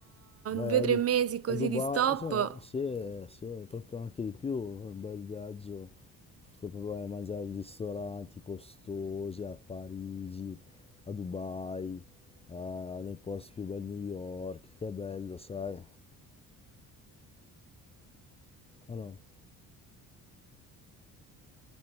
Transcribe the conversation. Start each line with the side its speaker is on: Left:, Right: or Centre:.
Left: Vai
Right: due
Left: a,
Right: o tre
Left: Du-
Right: mesi così
Left: a Dubai,
Right: di stop.
Left: se no, se, se proprio anche di più, un bel viaggio, puoi proprio vai a mangiare in ristoranti costosi a Parigi, a Dubai, a- nei posti più belli New York, che è bello, sai? O no?